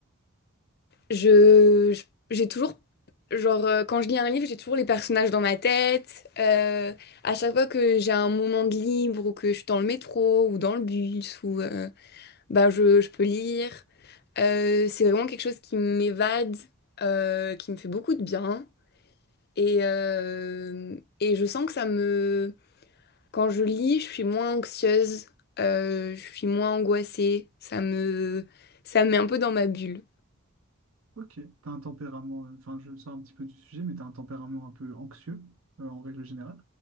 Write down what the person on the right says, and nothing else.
Ok, t'as un tempérament, euh, enfin je sors un petit peu du sujet, mais t'as un tempérament un peu anxieux euh, en règle générale.